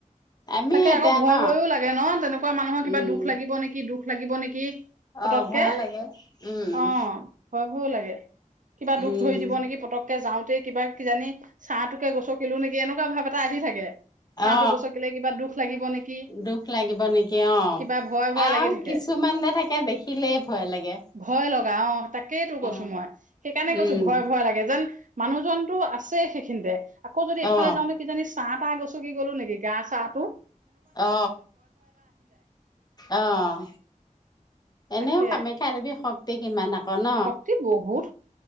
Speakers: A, on the left; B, on the right.
A: আমি
B: তাকে
A: এতিয়া
B: আকৌ ভয়
A: ন
B: -ভয়ও লাগে ন তেনেকুৱা মানুহৰ কিবা
A: উম
B: দুখ লাগিব নেকি দুখ লাগিব নেকি? পতককে
A: অ', ভয় লাগে উম',
B: অ ভয় লাগে। কিবা
A: উম
B: দুখ ধৰি দিব নেকি পতককে যাওঁ কিবা কিজানি চাহটোকে গছ কিলো নেকি এনেকুৱা ভাৱ এটা এটা আহি থাকে, ছাহটো
A: অ
B: গচকিলে কিবা দুখ লাগিব নেকি
A: দুখ লাগিব নেকি অ
B: কিবা ভয় ভয়
A: আৰু
B: লাগি থাকে।
A: কিছুমান যে থাকে দেখিলেই ভয় লাগে
B: ভয় লগা অ তাকেই তো কৈছো
A: অ
B: মই সেইকাৰণে কৈছো
A: উম
B: ভয় ভয় লাগে যেন। মানুহ জনটো আছে সেইখিনিতে আকৌ যদি এফালে
A: অ
B: যাওঁতে কিজানি চাহ তাহ গছকি গলো নেকি গা চাহ টো
A: অ আহ এনেও
B: তাকে
A: কামাখ্যা দেৱীৰ শক্তি কিমান আকৌ ন
B: শক্তি বহুত